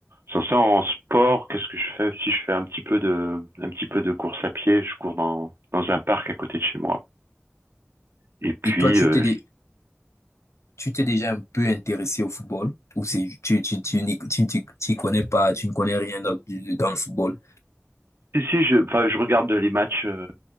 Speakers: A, on the right; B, on the left.
A: Sans ça, en sport, qu'est-ce que je fais aussi? Je fais un petit peu de un petit peu de course à pied. Je cours dans dans un parc à côté de chez moi. Et puis,
B: Et toi, tu
A: euh,
B: t'es, dé-
A: je-
B: tu t'es déjà un peu intéressé au football. Ou c'est, tu, tu, tu, n'y- tu, tu, tu y connais pas, tu ne connais rien dans, dans le football.
A: si si, je enfin, je regarde les matchs, euh,